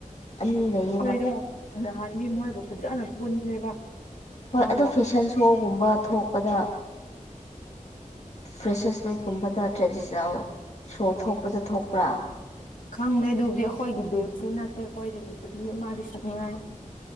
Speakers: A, on the left; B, on the left.
A: ꯑꯅꯤ ꯂꯩꯌꯦꯕ
B: ꯑꯣꯏꯗꯥꯟ ꯗꯤ ꯃꯣꯏꯕꯨ ꯐꯖꯅ ꯄꯨꯜꯂꯦꯕ
A: ꯍꯣꯏ
B: ꯃꯥꯕꯨ
A: ꯑꯗꯨ ꯐꯦꯁꯟ ꯁꯣꯒꯨꯝꯕ ꯊꯣꯛꯄꯗ ꯐ꯭ꯔꯦꯁꯔꯁꯃꯤꯛꯀꯨꯝꯕꯗ ꯇ꯭ꯔꯦꯗꯤꯁꯅꯦꯜ ꯁꯣ ꯊꯣꯛꯄꯗ ꯊꯣꯛꯄ꯭ꯔꯥ
B: ꯐꯪꯗ꯭ꯔꯦ ꯑꯗꯨꯕꯨꯗꯤ ꯑꯩꯈꯣꯏꯒꯤ ꯕꯦꯠꯁꯨ ꯅꯠꯇꯦ ꯑꯩꯈꯣꯏꯗꯒꯤ ꯁꯨꯅꯤ ꯑꯃꯗꯤ ꯁꯨꯅꯤ ꯍꯥꯏꯔꯅꯤ